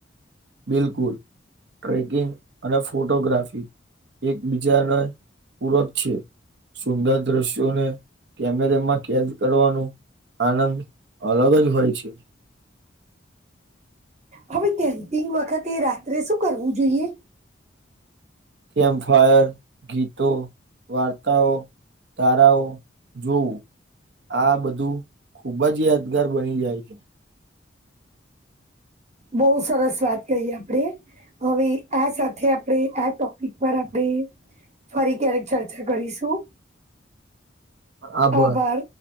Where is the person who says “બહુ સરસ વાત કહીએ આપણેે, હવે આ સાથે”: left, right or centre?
Right